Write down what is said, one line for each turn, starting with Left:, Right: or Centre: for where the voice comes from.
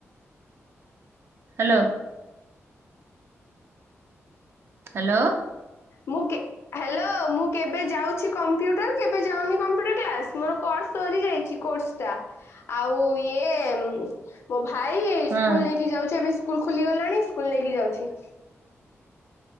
Right: ହାଲୋ। ହାଲୋ।
Left: ମୁଁ କେ ହାଲୋ ମୁଁ କେବେ ଯାଉଛି କମ୍ପ୍ୟୁଟର କେବେ ଯାଉନି କମ୍ପୁଟର କ୍ଲାସ ମୋର କୋର୍ସ ସରିଯାଇଛି। କୋର୍ସ ଟା ଆଉ ଇଏ-ଏ-ଏ-ଏମ୍ ମୋ ଭାଇ
Right: ହଁ
Left: ସ୍କୁଲ ନେଇକି ଯାଉଚି ଏବେ ସ୍କୁଲ ଖୋଲି ଗଲାଣି ସ୍କୁଲ ନେଇକି ଯାଉଛି।